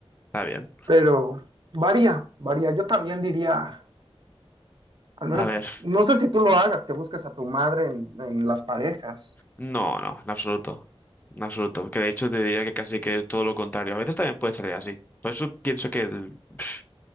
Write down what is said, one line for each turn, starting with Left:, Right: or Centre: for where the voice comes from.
Left: está bien.
Right: Pero varía, varía. Yo también diría, al menos,
Left: A ver,
Right: no sé si tú lo hagas, que busques a tu madre en, en las parejas.
Left: no, no, en absoluto. En absoluto. Que de hecho te diría que casi que todo lo contrario. A veces también puede salir así. Por eso pienso que el- pf,